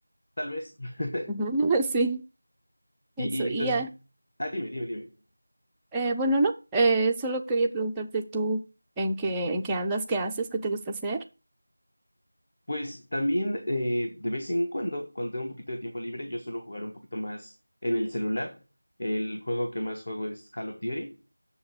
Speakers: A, on the left; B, in the centre.
A: Tal vez. <laughs>
B: Ujú, <laughs> Sí, eso.
A: Y, y
B: Y
A: entonces,
B: ya.
A: ah, dime, dime, dime.
B: Eh, bueno, no. eh, solo quería preguntarte tú en qué, en qué andas, qué haces, qué te gusta hacer.
A: Pues también eh, de vez en cuando, cuando tengo un poquito de tiempo libre, yo suelo jugar un poquito más en el celular. El juego que más juego es Call of Duty.